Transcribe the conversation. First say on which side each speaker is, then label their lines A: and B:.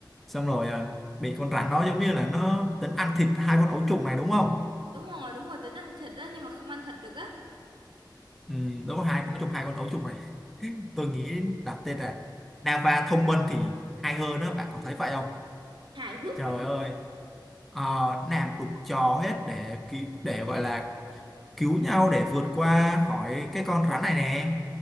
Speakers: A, in the centre; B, on the right.
A: Xong rồi à, bị con rắn đó giống như là nó tính ăn thịt hai con ấu trùng này đúng không?
B: đúng rồi đúng rồi tính ăn thịt á nhưng mà không ăn thịt được á
A: Ừ, đúng rồi, hai con nó trùng hai con ấu trùng này. Tôi nghĩ đặt tên là Nava thông minh thì hay hơn đó, bạn có thấy vậy không?
B: hài hước
A: Trời
B: và thông
A: ơi,
B: minh
A: ờ, làm đủ trò hết để cứu, để gọi là cứu nhau để vượt qua khỏi cái con rắn này nè.